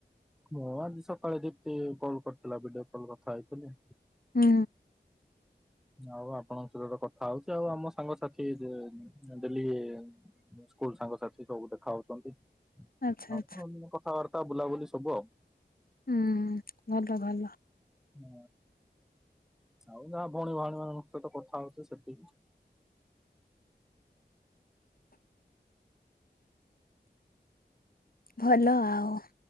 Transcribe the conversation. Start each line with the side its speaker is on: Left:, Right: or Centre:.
Centre: ମୁଁ ଆଜି ସକାଳେ ଦୀପ୍ତି କଲ୍ କରିଥିଲା। ଭଡିଓ କଲ କଥା ହେଇଥିଲି।
Left: ହୁଁ।
Centre: ଆଉ ଆପଣଙ୍କ ସହିତ ତ କଥା ହଉଛି। ଆଉ ଆମ ସାଙ୍ଗସାଥି ଯିଏ ଦିଲିରେ। ସ୍କୁଲ ସାଙ୍ଗସାଥି ସବୁ ଦେଖା ହଉଛନ୍ତି। <unintelligible>
Left: ଆଚ୍ଛା ଆଚ୍ଛା।
Centre: କଥାବାର୍ତ୍ତା ବୁଲାବୁଲି ସବୁ ଆଉ।
Left: ହୁଁ ଭଲ ଭଲ।
Centre: ହଁ ଆଉ ଯାହା ଭଉଣୀ ଭଉଣୀ ମାନଙ୍କ ସହିତ କଥା ହଉଚି ସେତିକି।
Left: ଭଲ ଆଉ।